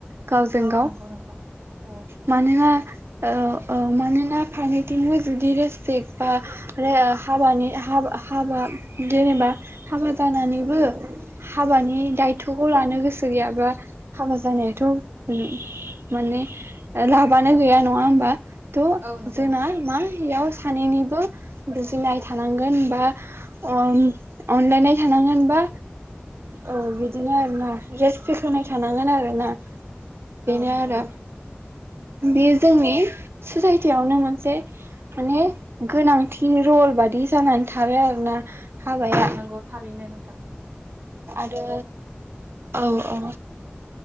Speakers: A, on the right; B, on the right.
A: गावजों
B: औ
A: गाव
B: नंगौ नोंथां औ
A: मानोना औ औ मानोना फारनैथिंबो जुदि रेसपेक्ट बा रे ओ हाबानि हाबा हाबा जेनेबा हाबा जानानैबो हाबानि दायथ'खौ लानो गोसो गैयाबा हाबा जानाया थु उम माने लाबानो
B: औ
A: गैया नङा होनबा थ
B: औ नंगौ
A: जोंना
B: नोंथां
A: मा याव सानैनिबो बुजिनाय थानांगोन बा अन अनलायनाय थानांगोन बा औ बिदिनो आरो ना रेसपेक्ट होनाय थानांगोन आरो ना बेनो
B: औ नंगौ
A: आरो
B: नोंथां औ
A: बेयो जोंनि ससायटियावनो मोनसे माने गोनांथि रल बादि जानानै थाबाय आरोना। हाबाया
B: औ नंगौ थारैनो नों था
A: आरो औ औ